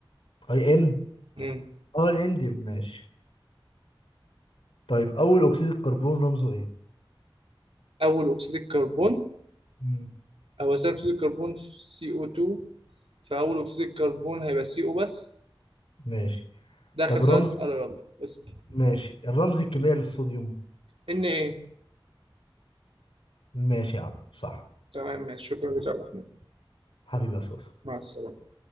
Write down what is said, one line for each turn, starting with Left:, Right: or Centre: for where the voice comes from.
Left: اي ان
Right: مم.
Left: اه الانديوم ماشي طيب اول اكسيد الكربون رمزه ايه
Right: أول أكسيد الكربون
Left: مم.
Right: هو ثاني أكسيد الكربون سي أو 2 فأول أكسيد الكربون هيبقى سي أو بس
Left: ماشي
Right: ده آخر
Left: طب
Right: سؤال
Left: الرمز
Right: تسأله يلا اسأل
Left: ماشي الرمز الكيميائي للصوديوم
Right: إن إيه
Left: ماشي يا عم صح
Right: تمام ماشي شكرا لك يا عبد الرحمن
Left: حبيبي يا صوص
Right: مع السلامة